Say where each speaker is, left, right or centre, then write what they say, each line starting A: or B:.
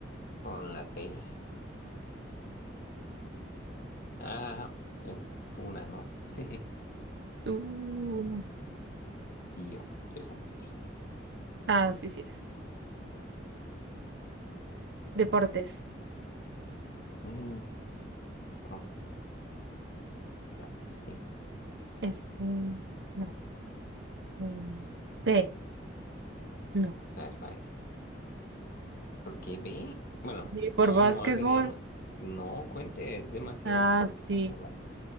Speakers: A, on the left; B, on the right.
A: Con la T. Ah, es tuna, ¿no? <laughs>
B: Tuna.
A: Y yo, yo sabía, yo
B: Ah, sí, sí es. Deportes.
A: sabía. Mm, Con la S.
B: Este, no. Eh,
A: mm,
B: B, no.
A: Suave, suave. Porque ve. Bueno,
B: Y por
A: no,
B: básquetbol.
A: no va a ser jamás. No, cuente, es demasiado
B: Ah,
A: corto
B: sí.
A: para ser la